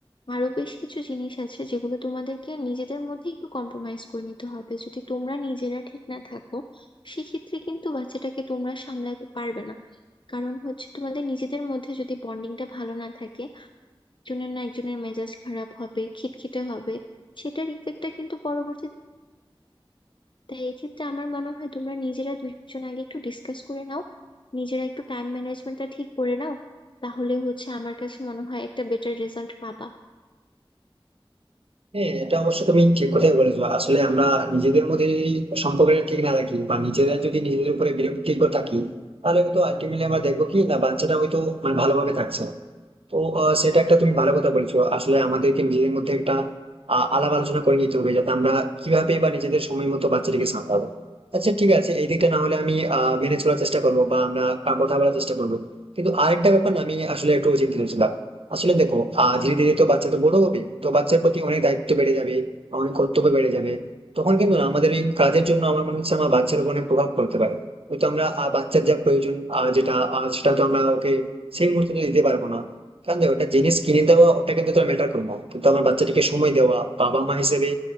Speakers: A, on the left (about 60°); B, on the right (about 80°).
A: আরো বেশ কিছু জিনিস আছে যেগুলো তোমাদেরকে নিজেদের মধ্যে একটু কম্প্রোমাইজ করে নিতে হবে যদি তোমরা নিজেরা ঠিক না থাকো সেক্ষেত্রে কিন্তু বাচ্চাটাকে তোমরা সামলাতে পারবে না কারণ হচ্ছে তোমাদের নিজেদের মধ্যে যদি বন্ডিংটা ভালো না থাকে একজনের না একজনের মেজাজ খারাপ হবে খিটখিটে হবে সেটার ইফেক্টটা কিন্তু পরবর্তীতে তাই এক্ষেত্রে আমার মনে হয় তোমরা নিজেরা দুজন আগে একটু ডিসকাস করে নাও নিজেরা একটু টাইম ম্যানেজমেন্টটা ঠিক করে নাও তাহলে হচ্ছে আমার কাছে মনে হয় একটা বেটার রেজাল্ট পাবা
B: হ্যাঁ এটা অবশ্য তুমি ঠিক কথাই বলেছো আসলে আমরা নিজেদের মধ্যে যদি সম্পর্কটা ঠিক না রাখি বা নিজেরা যদি নিজেদের উপরে বিরক্তিকর থাকি তাহলে হয়তো আলটিমেটলি আমরা দেখবো কি না বাচ্চাটা হয়তো মানে ভালোভাবে থাকছে না। তো আহ, সেটা একটা তুমি ভালো কথা বলছো আসলে আমাদেরকে নিজেদের মধ্যে একটা আহ, আলাপ আলোচনা করে নিতে হবে যাতে আমরা কিভাবে বা নিজেদের সময় মতো বাচ্চাটিকে সামলাবো আচ্ছা ঠিক আছে এই দিকটা না হলে আমি আহ, মেনে চলার চেষ্টা করবো বা আমরা আহ, কথা বলার চেষ্টা করবো কিন্তু আরেকটা ব্যাপার না, আমি আসলে একটু চিন্তিত ছিলাম আসলে দেখো আহ, ধীরে ধীরে তো বাচ্চা তো বড় হবে তো বাচ্চার প্রতি অনেক দায়িত্ব বেড়ে যাবে অনেক কর্তব্য বেড়ে যাবে তখন কিন্তু না আমাদের এই কাজের জন্য আমার মনে হচ্ছে আমার বাচ্চার উপর অনেক প্রভাব পড়তে পারে হয়তো আমরা আহ, বাচ্চার যা প্রয়োজন আহ, যেটা আহ, সেটা তো আমরা ওকে সেই মুহূর্তে তো দিতে পারবো না কারণ দেখ, ওটা জিনিস কিনে দেওয়া ওটা কিন্তু তোর ম্যাটার করবো কিন্তু আমার বাচ্চাটিকে সময় দেওয়া বাবা মা হিসেবে